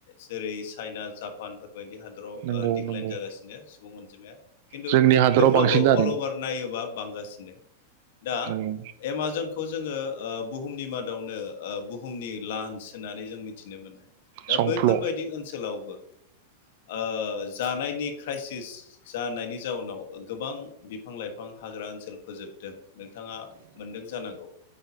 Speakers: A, on the left (about 65°); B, on the right (about 55°).
A: जेरै चाइना जापानफोरबायदि हादराव ओ
B: नंगौ
A: डिक्लाइन
B: नंगौ
A: जागासिनो सु बुं अनजिमाया खिन्थु
B: जोंनि हादराव
A: थेवब्लाबो
B: बांसिन जादों
A: अल अभार नायोबा बांगासिनो दा
B: नंगौ
A: एमाजन खौ जोङो ओ बुहुमनि मादावनो ओ बुहुमनि लान्स होननानै जों मिथिनो मोनो दा
B: संफ्ल
A: बैफोरबायदि ओनसोलावबो ओ जानायनि क्राइसिस जानायनि जाउनाव गोबां बिफां लाइफां हाग्रा ओनसोल फोजोबदों नोंथाङा मोनदों जानांगौ